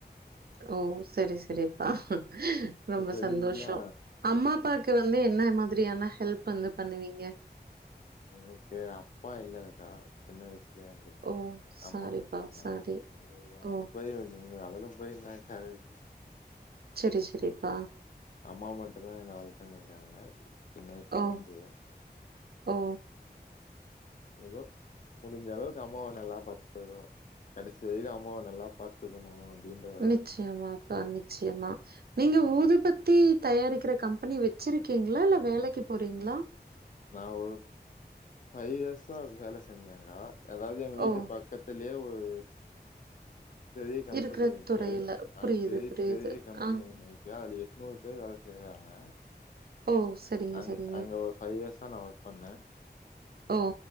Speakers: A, on the right (about 65°); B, on the left (about 50°).
A: ஓ செரி செரிப்பா
B: மத்தபடிலா
A: ரொம்ப சந்தோஷொ அம்மா அப்பா க்கு வந்து என்ன மாதிரியான ஹெல்ப் வந்து பண்ணுவீங்க
B: எனக்கு அப்பா இல்லங் க்கா சின்ன வயசு லே எறந்துட்டாங்க
A: ஓ! சாரிப்பா,
B: அம்மா மட்டுந் தா
A: சாரி.
B: ஐயயோ அதுல
A: ஓ!
B: போய் வந்து அதுல போய் என்னக்கா <unintelligible>
A: செரி செரிப்பா
B: அம்மா மட்டுந் தா என்ன வளத்தன் வைக்காங்க சின்ன வயசுல
A: ஓ!
B: இருந்து
A: ஓ!
B: ம் எதோ முடிஞ்ச அளவுக்கு அம்மாவ நல்லா பாத்துக்னு கடசி வரிக்கு அம்மாவ நல்லா பாத் துக்கணு அப்டின்டு
A: நிச்சயமா ப்பா நிச்சியமா நீங்க ஊதுபத்தி தயாரிக்கிற கம்பெனி வச்சிருக்கீங்ளா இல்ல வேலைக்கு போறீங்ளா
B: நா ஒரு ஃபைவ் இயர்ஸா வேல செஞ்சேங்க்கா அதாது எங்க வீட்டு
A: ஓ!
B: பக் கத்துலே ஒரு பெரிய கம்பெனி
A: இருக்கிற
B: இருக்கு
A: துறையில.
B: அ
A: புரியுது,
B: பெரிய
A: புரியுது.
B: பெரிய கம்பெனி
A: ஆ.
B: ஒன்னு இருக்கு க்கா அது எட்நூறு பேர் வேல செய்றாங்க
A: ஓ! சரிங்க,
B: அங்
A: சரிங்க.
B: அங்க ஒரு ஃபைவ் இயர்ஸா நா ஒர்க் பண்ணே
A: ஓ